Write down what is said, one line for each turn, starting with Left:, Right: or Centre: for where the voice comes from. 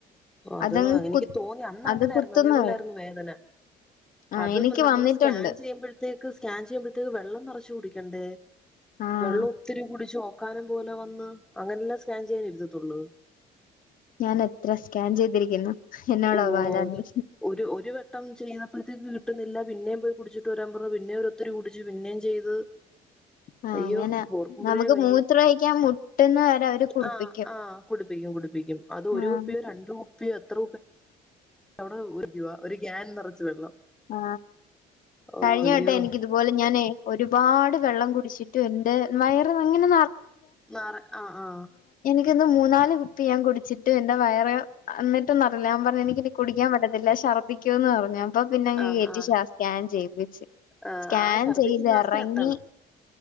Centre: അത്
Left: അതങ്ങ്
Centre: എനിക്ക്
Left: കു
Centre: തോന്നി അന്ന്
Left: അത്
Centre: അങ്ങനായിരുന്നു
Left: കുത്തുന്ന
Centre: അതേപോലൊയിരുന്നു വേദന
Left: ആഹ്
Centre: അതും
Left: എനിക്ക്
Centre: നമ്മള്
Left: വന്നിട്ടുണ്ട്
Centre: സ്കാൻ ചെയ്യുമ്പഴത്തേക്ക് സ്കാൻ ചെയ്യുമ്പഴ വെള്ളം നിറച്ച് കുടിക്കണ്ടേ
Left: ആഹ്
Centre: വെള്ളം ഒത്തിരി കുടിച്ച് ഒക്കാനും പോലെ വന്ന് അങ്ങനെല്ലാം സ്കാൻ ചെയ്യാൻ ഇരുത്തതൊള്ളൂ
Left: ഞാൻ എത്ര സ്കാൻ ചെയ്തിരിക്കുന്നു എന്നോടാ
Centre: ഓ
Left: ബാല
Centre: അത്
Left: നീ
Centre: ഒരു ഒരു വട്ടം ചെയ്തപ്പോഴത്തേക്ക് കിട്ടുന്നില്ല പിന്നെയും പോയി കുടിച്ചിട്ട് വരാൻ പറഞ്ഞു പിന്നെഒരൊത്തിരി കുടിച്ചു പിന്നെയും ചെയ്ത്
Left: ആഹ്
Centre: അയ്യോ
Left: അങ്ങനെ
Centre: ഓർക്കുമ്പോഴേ
Left: നമുക്ക്
Centre: വയ്യ
Left: മൂത്രൊഴിക്കാൻ മുട്ടുന്ന വരെ അവര് കുടിപ്പിക്കും
Centre: ആ ആ കുട കുടിപ്പിക്കും കുടുപ്പിക്കും അത് ഒരു
Left: ആഹ്
Centre: കുപ്പിയോ രണ്ട് കുപ്പിയോ എത്ര അവിടെ ഒരു രൂപ ഒരു ക്യാൻ നിറച്ച് വെള്ളം
Left: ആ
Centre: ഓ
Left: കഴിഞ്ഞ
Centre: അയ്യോ
Left: വട്ടം എനിക്കിതുപോലെ ഞാനേ ഒരുപാട് വെള്ളം ടിച്ചിട്ടണ്ട് വയറ് ഇങ്ങനെ
Centre: നറ ആ ആ
Left: എന്ന് മൂന്നാല് കുപ്പി ഞാൻ കുടിച്ചിട്ട് എന്റെറെ വയറ് എന്നിട്ടും നിറഞ്ഞില്ല ഞാൻ പറഞ്ഞ എനിക്കിനി കുടിക്കാൻ പറ്റത്തില്ല ഛർദ്ദിക്കോന്ന് പറഞ്ഞു അപ്പൊ പിന്നെങ്ങ്
Centre: ആ
Left: കേറ്റി
Centre: ആ
Left: സ്കാൻ ചെയ്യിപ്പിച്ച്
Centre: ആ
Left: സ്കാൻ
Centre: ആ ഛർദിക്കുന്ന
Left: ചെയ്ത്
Centre: അവസ്ഥ
Left: ഇറങ്ങി
Centre: എത്തണം